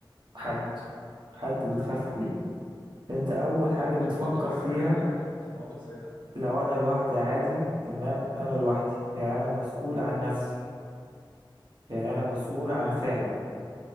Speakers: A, on the right; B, on the left.
A: حد حد بتخاف عليه انت اول
B: يعني
A: حاجة
B: انت
A: بتفكر
B: لو كنت لوحدك
A: فيها
B: عادي يعني في موقف زي ده
A: لو انا لوحدي عادي تمام انا لوحدي يعني انا مسؤول عن نفسي يعني انا مسؤول
B: امم تمام
A: عن فعلي